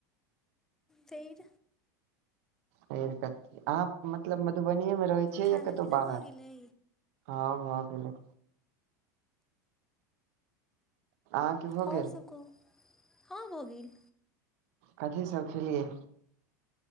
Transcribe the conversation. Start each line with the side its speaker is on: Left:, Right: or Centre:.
Centre: फेर
Right: फेर कथी आप मतलब मधुबनीए मे रहै छियै
Centre: खाना
Right: या कतौ
Centre: पीना
Right: बाहर
Centre: भऽ गेलै
Right: हँ भऽ गेले अहाँके भऽ
Centre: और
Right: गेल
Centre: सभ कहू <inaudible> हँ भऽ गेल
Right: कथी सब खेलियै